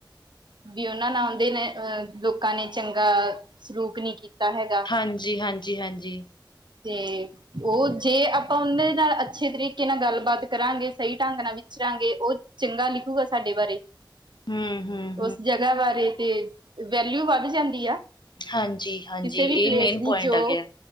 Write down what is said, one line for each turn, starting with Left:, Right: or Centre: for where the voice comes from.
Right: ਵੀ ਉਹਨਾਂ ਨਾਲ ਆਦੇ ਨੇ ਅ ਲੋਕਾਂ ਨੇ ਚੰਗਾ ਸਲੂਕ ਨੀ ਕੀਤਾ ਹੈਗਾ
Left: ਹਾਂਜੀ-ਹਾਂਜੀ- ਹਾਂਜੀ
Right: ਤੇ ਉਹ ਜੇ ਆਪਾਂ ਔਦੇਂ ਨਾਲ ਅੱਛੇ ਤਰੀਕੇ ਨਾਲ ਗੱਲਬਾਤ ਕਰਾਂਗੇ, ਸਹੀ ਢੰਗ ਨਾਲ ਵਿਚਰਾਂਗੇ, ਉਹ ਚੰਗਾ ਲਿਖੂਗਾ ਸਾਡੇ ਬਾਰੇ
Left: ਹਮ-ਹਮ
Right: ਉਸ ਜਗ੍ਹਾ ਬਾਰੇ ਤੇ, ਵੈਲਿਊ ਵੱਧ ਜਾਂਦੀ ਆ ਕਿਸੇ
Left: ਹਾਂਜੀ-ਹਾਂਜੀ ਇਹ
Right: ਵੀ ਪਲੇਸ
Left: ਮੇਨ
Right: ਦੀ
Left: ਪੁਆਇੰਟ
Right: ਜੋ,
Left: ਆ ਗਿਆ।